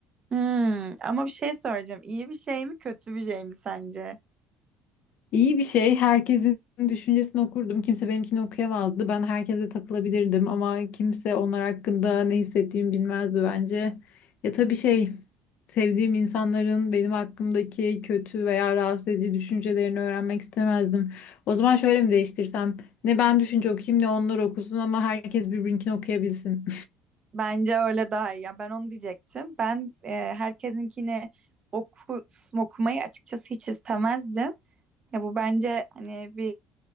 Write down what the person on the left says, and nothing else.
İyi bir şey. Herkesin düşüncesini okurdum. Kimse benimkini okuyamazdı. Ben herkese takılabilirdim ama kimse onlar hakkında ne hissettiğimi bilmezdi bence. Ya tabii şey, sevdiğim insanların benim hakkımdaki kötü veya rahatsız edici düşüncelerini öğrenmek istemezdim. O zaman şöyle mi değiştirsem? Ne ben düşünce okuyayım ne onlar okusun ama herkes birbirinkini okuyabilsin.